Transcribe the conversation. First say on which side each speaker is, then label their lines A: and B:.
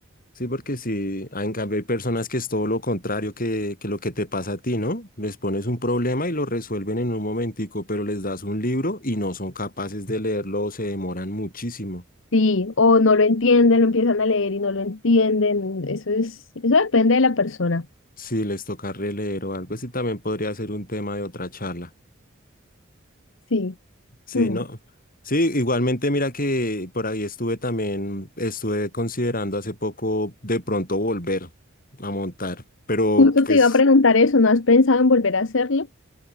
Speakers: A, on the left (about 45°); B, on the left (about 70°).
A: Sí, porque sí, ah, en cambio hay personas que es todo lo contrario que, que lo que te pasa a ti, ¿no? Les pones un problema y lo resuelven en un momentico, pero les das un libro y no son capaces de leerlo o se demoran muchísimo.
B: Sí, o no lo entienden, lo empiezan a leer y no lo entienden. Eso es, eso depende de la persona.
A: Sí, les toca releer o algo sí también podría ser un tema de otra charla.
B: Sí.
A: Sí,
B: Hmm.
A: ¿no? Sí, igualmente mira que por ahí estuve también, estuve considerando hace poco de pronto volver a montar, pero
B: Justo
A: pues...
B: te iba a preguntar eso, ¿no has pensado en volver a hacerlo?